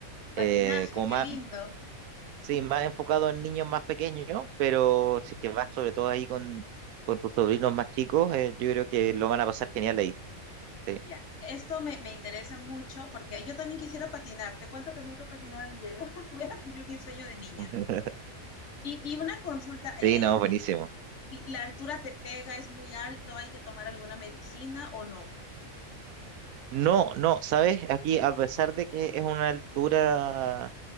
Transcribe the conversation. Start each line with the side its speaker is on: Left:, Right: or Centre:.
Left: Patinaje,
Right: eh, como
Left: qué
Right: más,
Left: lindo.
Right: sí, más enfocado en niños más pequeños, pero si es que vas sobre todo ahí con, con tus sobrinos más chicos, eh, yo creo que lo van a pasar genial ahí. Sí.
Left: Ya, esto me, me interesa mucho porque yo también quisiera patinar. Te cuento que nunca he patinado en hielo. <laughs> Voy a cumplir mi sueño de niña.
Right: <laughs>
Left: Y, y una consulta, eh,
Right: Sí, no, buenísimo.
Left: ¿la altura te pega? ¿Es muy alto? ¿Hay que tomar alguna medicina o no?
Right: No, no, sabes, aquí a pesar de que es una altura